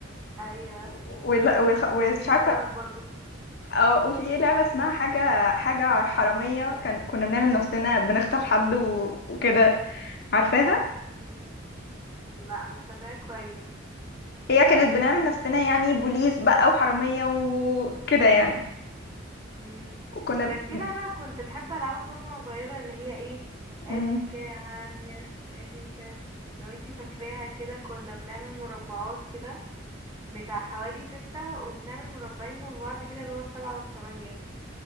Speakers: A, on the right; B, on the left.
A: ايوه
B: وال وال- ومش
A: صيادين
B: عارفة
A: السمك برضو
B: أو- وفي لعبة اسمها حاجة حاجة حرامية كان كنا بنعمل نفسنا بنخطف حد و- وكده عارفاها
A: مم. لا مش فاكراها كويس
B: هي كانت بنعمل نفسنا يعني بوليس بقى وحرامية وكده يعني
A: مم.
B: وكنا ب...
A: كان في لعبة كنت بحب ألعبها برضو وأنا صغيرة اللي هي ايه أبيكا
B: مم.
A: يا عامية أبيكا لو انتي فاكراها كده كنا بنعمل مربعات كده بتاع حوالي ستة وبنعمل مربعين جنب بعض كده اللي هو السبعة والتمانية